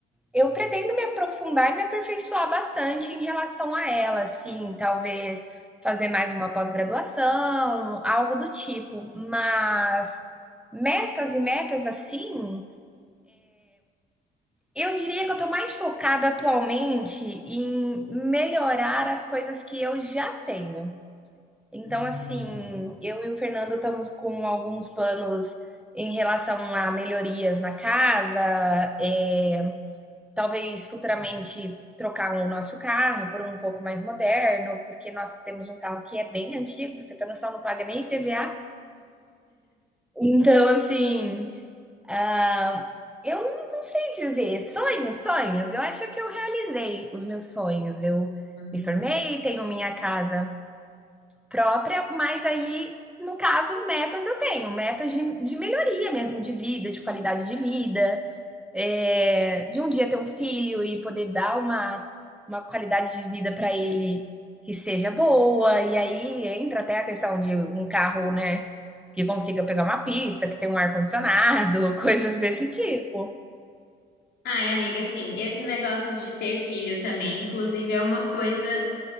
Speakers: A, in the centre; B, on the left.
A: eu pretendo me aprofundar e me aperfeiçoar bastante em relação a ela, assim, talvez fazer mais uma pós-graduação, algo do tipo. Mas metas e metas assim. Eu diria que eu estou mais focada atualmente em melhorar as coisas que eu já tenho. Então,
B: Hum.
A: assim, eu e o Fernando estamos com alguns planos em relação a melhorias na casa, é, talvez futuramente trocar o nosso carro por um pouco mais moderno, porque nós temos um carro que é bem antigo, você tá noção, não paga nem IPVA. Então, assim, ah, eu não sei dizer. Sonhos, sonhos. Eu acho que eu realizei os meus sonhos. Eu
B: <laughs>
A: me formei, tenho minha casa própria, mas aí, no caso, metas eu tenho. Metas de, de melhoria mesmo, de vida, de qualidade de vida é, de um dia ter um filho e poder dar uma, uma qualidade de vida para ele que seja boa. E aí entra até a questão de um carro, né? Que consiga pegar uma pista, que tenha um ar-condicionado, <laughs> coisas desse tipo.
B: Ai, amiga, assim, esse negócio de ter filho também, inclusive, é uma coisa.